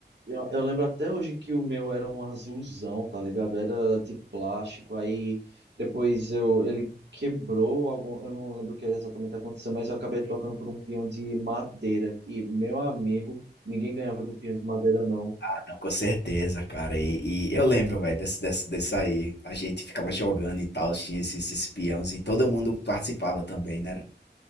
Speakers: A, on the right (about 80°); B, on the left (about 70°).
A: Eu, eu lembro até hoje que o meu era um azulzão, tá ligado? Era de plástico, aí depois eu, ele quebrou algum, eu não lembro o que exatamente aconteceu, mas eu acabei trocando por um peão de madeira. E, meu amigo, ninguém ganhava do peão de madeira, não.
B: <laughs> não, com certeza, cara. E, e eu lembro, velho, desse, desse, desse aí. A gente ficava jogando e tal, tinha esses, esses peões e todo mundo participava também, né?